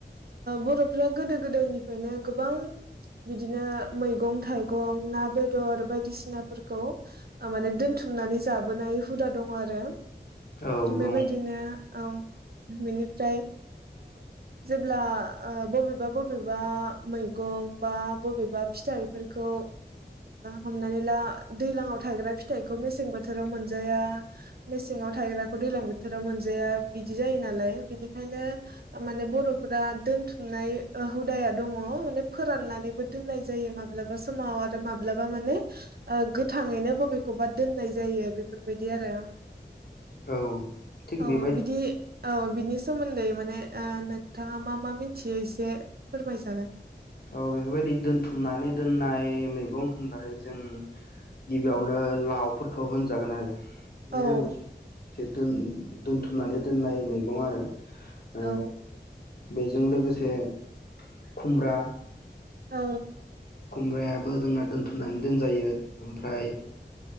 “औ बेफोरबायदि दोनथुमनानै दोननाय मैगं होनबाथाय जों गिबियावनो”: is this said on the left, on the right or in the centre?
Left